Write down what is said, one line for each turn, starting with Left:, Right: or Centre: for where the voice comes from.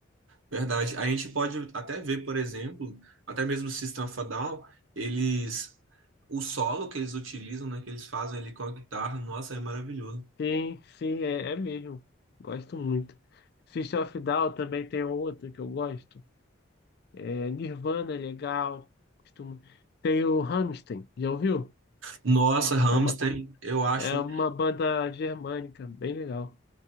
Right: verdade. A gente pode até ver, por exemplo, até mesmo o System of a Down, eles. O solo que eles utilizam, né, que eles fazem ali com a guitarra, nossa, é maravilhoso.
Left: Sim, sim, é, é mesmo. Gosto muito. System of a Down também tem outra que eu gosto. É, Nirvana é legal. Costumo... Tem o Rammstein, já ouviu?
Right: Nossa, Rammstein,
Left: É uma,
Right: eu acho,
Left: é uma banda germânica, bem legal.